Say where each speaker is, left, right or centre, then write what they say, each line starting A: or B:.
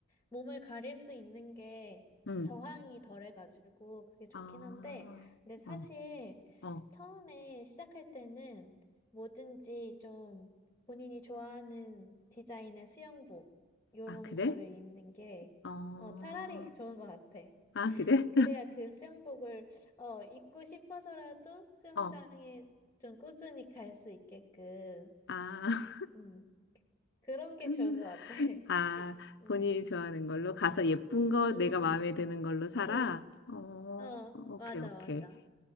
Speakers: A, on the left; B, on the left.
A: 몸을 가릴 수 있는 게
B: 응.
A: 저항이 덜해가지고 그게 좋긴
B: 아,
A: 한데, 근데 사실
B: 어, 어.
A: 처음에 시작할 때는 뭐든지 좀 본인이 좋아하는 디자인의 수영복, 요런
B: 아, 그래?
A: 거를 입는 게
B: 어,
A: 어, 차라리 <laughs> 좋은 것 같아.
B: 아, 그래?
A: 그래야 그 수영복을 어, 입고 싶어서라도
B: <laughs>
A: 수영장에
B: 어,
A: 좀 꾸준히 갈 수 있게끔
B: 아.
A: 음. 그런 게
B: <laughs>
A: 좋은 것 같아.
B: 아,
A: <laughs> 음.
B: 본인이 좋아하는 걸로 가서 예쁜 거
A: 응,
B: 내가 마음에 드는 걸로 사라.
A: 음.
B: 어,
A: 음. 어,
B: 오케이,
A: 맞아,
B: 오케이.
A: 맞아.